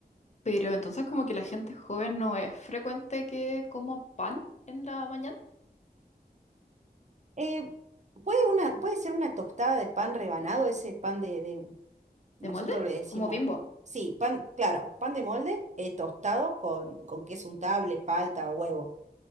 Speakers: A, on the left; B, on the right.
A: Pero entonces como que la gente joven no es frecuente que coma pan en la mañana.
B: Eh, ¿puede una, puede ser una tostada de pan rebanado, ese pan de, de- nosotros
A: ¿De molde?
B: le decimos,
A: Como Bimbo.
B: sí, pan, claro, pan de molde, eh, tostado con, con queso untable, palta o huevo.